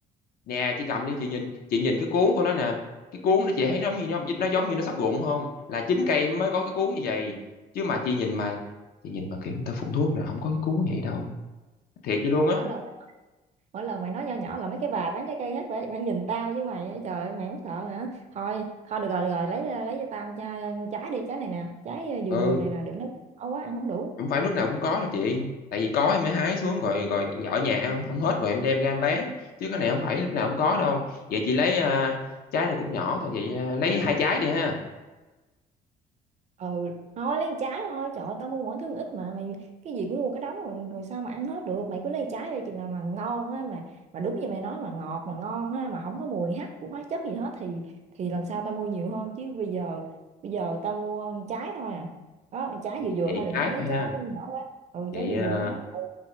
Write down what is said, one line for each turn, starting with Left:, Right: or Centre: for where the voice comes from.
Left: nè chị cầm đi chị nhìn chị nhìn cái cuốn của nó nè cái cuốn nó chị thấy nó giống như nó, nó giống như nó sắp rụng không là chín cây mới có cái cuốn như vậy chứ mà chị nhìn mà chị nhìn mà kiểu người ta phun thuốc là không có cái cuốn vậy đâu thiệt chị luôn á
Right: mỗi lần mỗi lần mày nói nho nhỏ là mấy cái bà bán trái cây hết phải mày nhìn tao với mày á, trời ơi, mày không sợ hả thôi thôi được rồi được rồi lấy lấy cho tao chai, trái đi trái này nè trái vừa
Left: ừ
Right: vừa này nè đừng lấy quá ăn không đủ
Left: không phải lúc nào cũng có đâu chị tại vì có em mới hái xuống rồi rồi ở nhà ăn không hết rồi em đem ra em bán chứ cái này không phải lúc nào cũng có đâu vậy chị lấy à, trái này cũng nhỏ thôi vậy à, lấy hai trái đi ha
Right: ừ thôi lấy trái thôi trời ơi, tao mua mỗi thứ ít mà mày cái gì cũng mua cái đống rồi rồi sao mà ăn hết được mày cứ lấy trái đây chừng nào mà ngon á mà mà đúng như mày nói mà ngọt mà ngon ha mà không có mùi hắc của hóa chất gì hết thì thì lần sau tao mua nhiều hơn chứ bây giờ bây giờ tao mua trái thôi à đó trái
Left: vậy,
Right: vừa vừa
Left: vậy
Right: thôi đừng
Left: trái
Right: có
Left: thôi
Right: lấy trái
Left: ha
Right: quá nhỏ quá ừ
Left: vậy
Right: trái vừa
Left: à,
Right: vừa đó đó ừ